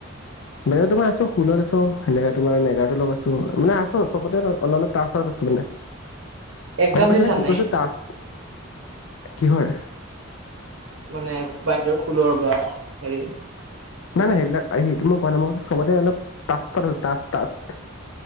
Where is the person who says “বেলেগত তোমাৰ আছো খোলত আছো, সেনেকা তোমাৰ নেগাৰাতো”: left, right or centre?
Left